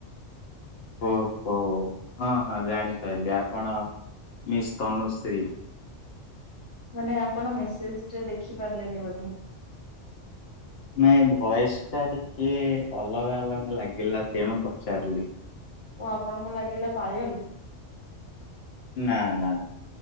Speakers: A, on the left; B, on the left.
A: ଓହୋ। ହଁ, ହଁ, ଜାଣିପାରିଲି ଆପଣ ମିସ୍ ତନୁଶ୍ରୀ।
B: ମାନେ ଆପଣ ମେସେଜଟା ଦେଖି ପାରିଲେନି ବୋଧେ?
A: ନାଇଁ ଭଏସ୍ ଟା ଟିକେ ଅଲଗା ଅଲଗା ଲାଗିଲା। ତେଣୁ ପଚାରିଲି।
B: ଓଃ। ଆପଣଙ୍କୁ ଲାଗିଲା ପାୟଲ?
A: ନା ନା।